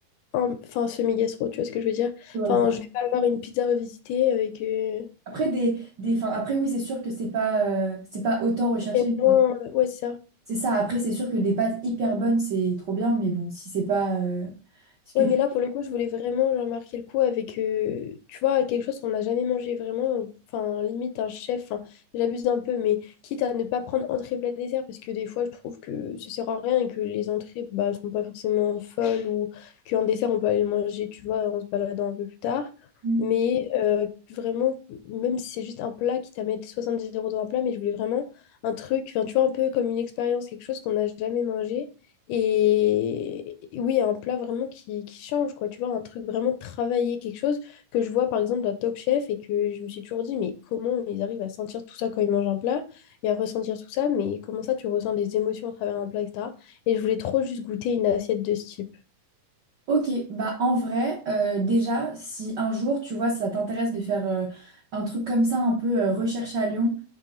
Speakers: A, on the left (about 80°); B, on the right (about 70°).
A: un- enfin, semi-gastro, tu vois ce que je veux dire?
B: Ouais,
A: Enfin,
B: je vois.
A: je vais pas avoir une pizza revisitée avec. euh,
B: Après des, des, enfin, après oui, c'est sûr que c'est pas, euh, c'est pas autant recherché.
A: et moi ouais, c'est ça.
B: C'est ça, après c'est sûr que des pâtes hyper bonnes, c'est trop bien, mais bon, si c'est pas euh, ce que
A: Ouais,
B: tu...
A: mais là, pour le coup, je voulais vraiment genre, marquer le coup avec, euh, tu vois, quelque chose qu'on n'a jamais mangé vraiment. euh, Enfin, limite, un chef, enfin, j'abuse un peu, mais quitte à ne pas prendre entrée, plat, dessert, parce que des fois, je trouve que ça sert à rien et que les entrées, bah, sont pas forcément folles ou qu'un dessert, on peut aller le manger, tu vois, en se baladant un peu plus tard.
B: Mm.
A: Mais euh, vraiment, même si c'est juste un plat, quitte à mettre 70 euros dans un plat, mais je voulais vraiment un truc, enfin, tu vois, un peu comme une expérience, quelque chose qu'on n'a jamais mangé et et oui, un plat vraiment qui, qui change, quoi. Tu vois, un truc vraiment travaillé, quelque chose que je vois par exemple dans Top Chef et que je me suis toujours dit, mais comment ils arrivent à sentir tout ça quand ils mangent un plat et à ressentir tout ça, mais comment ça tu ressens des émotions à travers un plat, et etc. Et je voulais trop juste goûter une assiette de ce type.
B: Ok, bah en vrai, euh, déjà, si un jour, tu vois, ça t'intéresse de faire euh, un truc comme ça, un peu euh, recherche à Lyon,